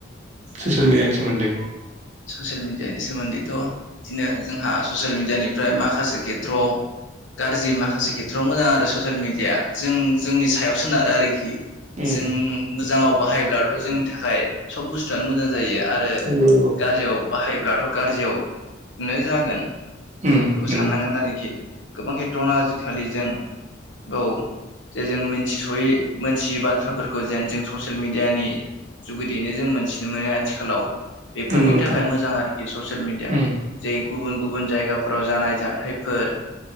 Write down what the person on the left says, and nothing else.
ससियेल मिडियानि सोमोन्दैथ' बिदिनो जोंहा ससियेल मिडियानिफ्राय माखासे खेथ्रआव गाज्रि माखासे खेथ्रआव मोजां आरो ससियेल मिडियाया जों जोंनि सायाव सोनारो आरोखि।
जों मोजाङाव बाहायब्लाथ' जोंनि थाखाय सब बुस्थुआनो मोजां जायो आरो
गाज्रियाव बाहायब्लाथ' गाज्रियावनो जागोन।
जों बेफोरखौ
साननांगोन आरोखि गोबां खेथ्रआवनो आजिखालि जों औ जे जों मिनथिस'यै मोनथियै बाथ्राफोरखौ जेन जों ससियेल मिडियानि जुगिदियैनो जों मोनथिनो मोनो आथिखालाव बेफोरनि
थाखाय मोजां आरोखि ससियेल मिडिया।
जै गुबुन गुबुन जायगाफोराव जानाय जाथायफोर